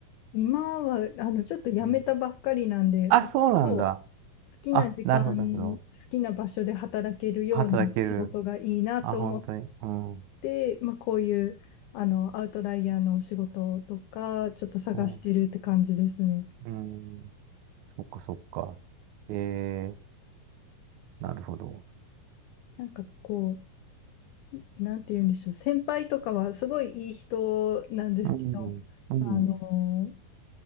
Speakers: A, on the left; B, on the right.
A: 今は、あの、ちょっと辞めたばっかりなんで、
B: うん、あ、
A: う割と好
B: そうなんだ。
A: きな時間、
B: あ、なるほど、なるほど。
A: 好きな場所で働けるような仕事がいいなと思っ
B: 働ける。あ、本当に。うん。
A: て、まあ、こういう、あの、アウトライヤーの仕事とか、ちょっと探してるって感じですね。
B: うん。うん。そっか、そっか。えー、なるほど。
A: なんかこう、なんて言うんでしょう、先輩とかはすごいいい人なんですけど、
B: うん。うん。
A: あの、